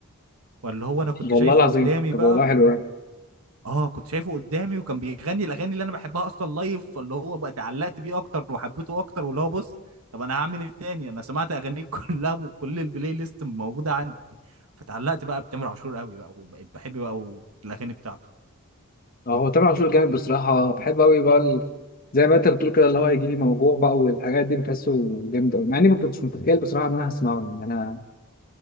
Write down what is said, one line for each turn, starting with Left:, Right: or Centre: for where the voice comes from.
Right: فاللي هو انا كنت
Left: والله
Right: شايفه
Left: العظيم
Right: قدامي
Left: طب
Right: بقى
Left: والله حلو أوي
Right: اه كنت شايفه قدامي وكان بيغني الاغاني اللي انا بحبها اصلا لايف فاللي هو بقى اتعلقت بيه اكتر وحبيته اكتر واللي هو بص طب انا هعمل ايه تاني انا سمعت اغانيه <laughs> كلها وكل البلاي ليست موجوده عندي فتعلقت بقى بتامر عاشور قوي بقى وبقيت بحب بقى و- الاغاني بتاعته
Left: اه هو تامر عاشور جامد بصراحة بحب أوي بقى ال... زي ما أنت بتقول كده اللي هو يجي لي موجوع بقى والحاجات دي بحسه جامد أوي مع إني ما كنتش متخيل بصراحة إن أنا هسمعه يعني أنا